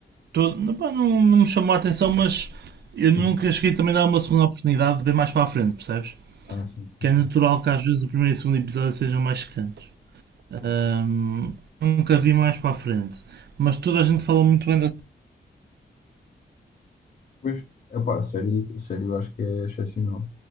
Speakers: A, on the right (about 65°); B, on the left (about 45°).
A: Todo- não, pá, não- não me chamou a atenção, mas eu
B: Sim.
A: nunca cheguei também a dar uma segunda oportunidade de ver mais para a frente, percebes?
B: Ah, sim, sim,
A: Que é natural
B: sim.
A: que às vezes o primeiro e o segundo episódio sejam mais secantes. Ahm,
B: Claro.
A: nunca vi mais para a frente, mas toda a gente fala muito bem da.
B: Pois, epá, a série, a série eu acho que é excepcional.